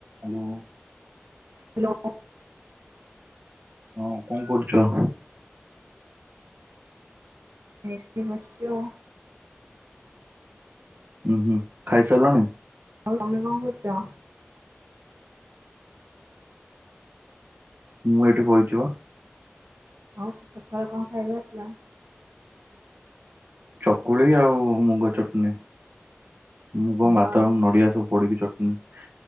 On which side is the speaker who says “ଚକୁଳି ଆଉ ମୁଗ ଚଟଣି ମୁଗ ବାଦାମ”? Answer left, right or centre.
Right